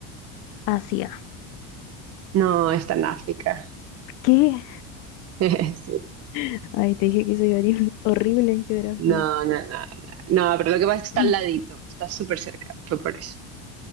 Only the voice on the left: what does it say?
Asia.
¿Qué?
<laughs> Ay, te dije que soy horrible horrible en geografía.
<clears throat>